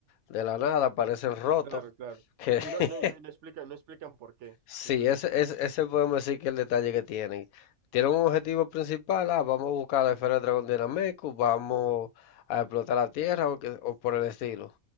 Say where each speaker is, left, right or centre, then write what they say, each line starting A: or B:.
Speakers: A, on the left; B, on the right.
A: de la nada aparecen rotos.
B: Claro, claro.
A: Que <laughs>
B: Y no, y no, y no, y no explican, no explican por qué.
A: sí,
B: No explican
A: ese,
B: por qué.
A: ese, ese podemos decir que es el detalle que tienen. Tienen un objetivo principal, ah, vamos a buscar la esfera del dragón de Nameku, vamos a explotar la tierra o, que- o por el estilo.